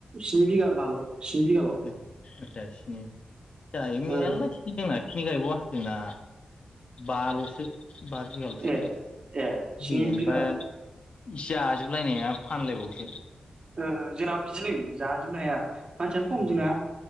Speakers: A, on the right; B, on the left.
A: स्नि बिगा माल' स्नि बिगाल'
B: ओ आदसा स्नि जायो मेल्ला
A: ओ
B: थिखिद दोङो। खिनि गायबावा जोंना बा ल'स बा बिगाल'सो
A: ए ए स्नि
B: बेनोबा
A: बिगा
B: इसे आजोबलायनाया फानलायबावोसो।
A: ओ ओ जोंनाबो बिदिनो जाजोबनो हाया। मानसियानो खम
B: उम
A: जोंना